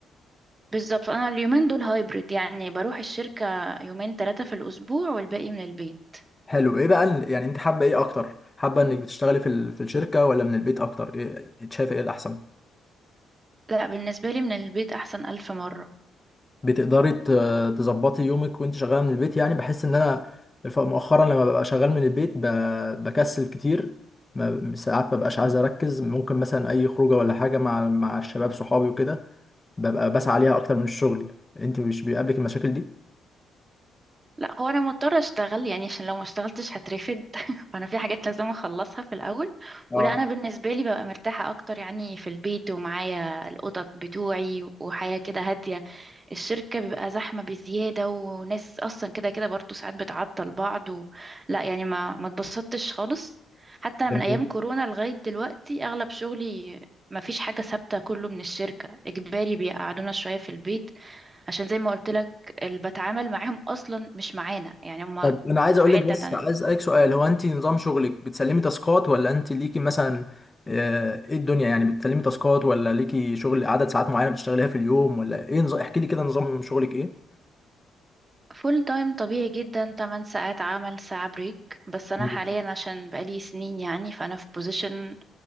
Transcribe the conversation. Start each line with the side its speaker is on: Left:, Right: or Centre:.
Right: بالظبط انا اليومين دول هايبرد يعني بروح الشركة يومين ثلاثة في الاسبوع والباقي من البيت
Left: حلو ايه بقى ال- يعني انت حابه ايه اكتر حابه انك بتشتغلي في ال- في الشركه ولا من البيت اكتر ايه إنت شايفه ايه الاحسن
Right: لا بالنسبة لي من البيت احسن الف مرة
Left: بتقدري ت- تظبطي يومك وانت شغاله من البيت يعني بحس ان انا الف- مؤخرا لما ببقى شغال من البيت ب- بكسل كتير ما- ساعات ما ببقاش عايز اركز ممكن مثلا اي خروجه ولا حاجه مع مع الشباب صحابي وكده ببقى بسعى عليها اكتر من الشغل انت مش بيقابلك المشاكل دي
Right: لا هو انا مضطره اشتغل يعني عشان لو ما اشتغلتش هترفد <laughs> فانا في حاجات لازم اخلصها في الاول
Left: اه
Right: ولا انا بالنسبه لي ببقى مرتاحه اكتر يعني في البيت ومعايا القطط بتوعي وحياه كده هاديه الشركه بيبقى زحمه بزياده وناس اصلا كده كده برضه ساعات بتعطل بعض و... لا يعني ما ما اتبسطتش خالص حتى
Left: جميل
Right: من ايام كورونا لغايه دلوقتي اغلب شغلي ما فيش حاجه ثابته كله من الشركه اجباري بيقعدونا شويه في البيت عشان زي ما قلت لك اللي بتعامل معاهم اصلا مش معانا يعني هما
Left: طب انا عايز
Right: في
Left: اقول
Right: حتة
Left: لك بس
Right: تانية
Left: عايز اسالك سؤال هو انت نظام شغلك بتسلمي تاسكات ولا انت ليكي مثلا آه، ايه الدنيا يعني بتسلمي تاسكات ولا ليكي شغل عدد ساعات معينه بتشتغليها في اليوم ولا ايه نظام احكي لي كده نظام شغلك ايه
Right: فول تايم طبيعي جدا 8 ساعات عمل ساعة بريك بس انا
Left: جميل
Right: حاليا عشان بقالي سنين يعني فانا في بوزيشن